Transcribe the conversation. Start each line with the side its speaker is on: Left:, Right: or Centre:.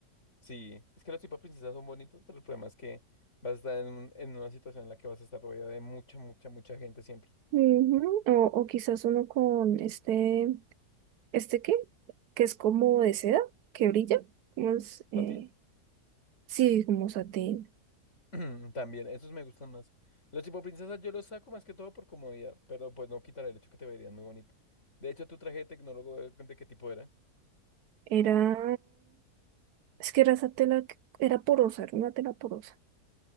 Left: Sí, es que los tipos de princesas son bonitos, pero el problema es que vas a estar en, un- en una situación en la que vas a estar rodeada de mucha, mucha, mucha gente siempre.
Right: Ujú. O, o quizás uno con este, ¿este qué? Que es como de seda, que brilla. Como es, eh,
Left: ¿A ti?
Right: sí, como satín.
Left: <clears throat> También, esos me gustan más. Los tipo princesas yo los saco más que todo por comodidad, pero pues no quitaré el hecho que te verían muy bonito. De hecho, tu traje de tecnólogo, ¿de de qué tipo era?
Right: Era, es que era esa tela, que- era porosa, era una tela porosa.